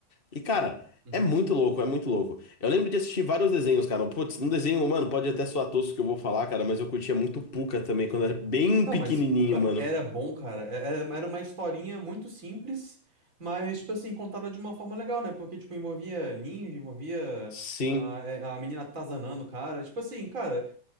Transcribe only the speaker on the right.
Uhum.
Não,
mas, pô, ca-
era bom, cara, É- é- era uma historinha muito simples, mas, tipo assim, contada de uma forma legal, né? Porque, tipo, envolvia ninja, envolvia
a, a menina atazanando o cara, tipo assim, cara...